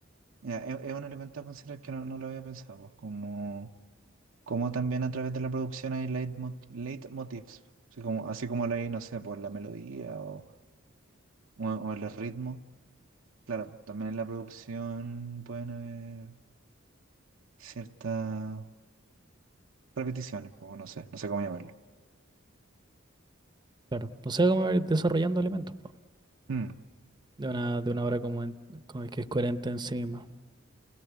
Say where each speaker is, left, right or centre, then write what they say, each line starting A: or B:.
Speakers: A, on the right; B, on the right.
A: Ya, es, es un elemento a considerar que no, no lo había pensado, pues, como, como también a través de la producción hay leitmo- leitmotivs, así como, así como lo hay, no sé, por la melodía o, o, o el ritmo. Claro, también en la producción pueden haber ciertas repeticiones, pues, no sé, no sé cómo llamarlo.
B: Claro. O sea, como ir desarrollando elementos, po,
A: Mm,
B: De una, de una obra como, en- como que es coherente en sí misma.